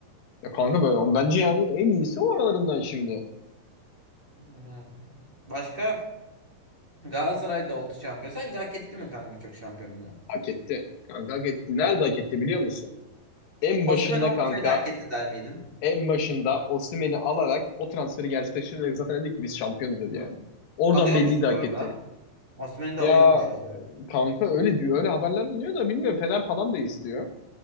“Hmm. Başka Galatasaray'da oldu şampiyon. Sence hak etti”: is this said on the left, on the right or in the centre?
Right